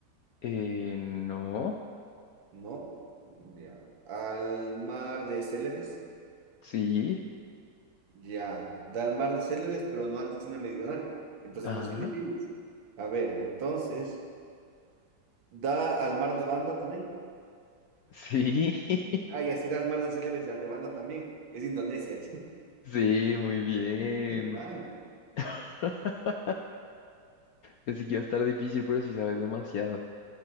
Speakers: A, on the left; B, on the right.
A: eh, no,
B: No, ya. Al mar de Celebes
A: sí,
B: Ya, da al mar de Celebes pero no al de China Meridional. Entonces
A: ajá,
B: no es Filipinas. A ver, entonces. Da al mar de Banda también.
A: sí, <laughs>
B: Ah, y así da al mar de Celebes y al de Banda también. Es Indonesia.
A: sí, muy bien.
B: <laughs> Man.
A: <laughs> Pensé que iba a estar difícil, pero sí sabes demasiado.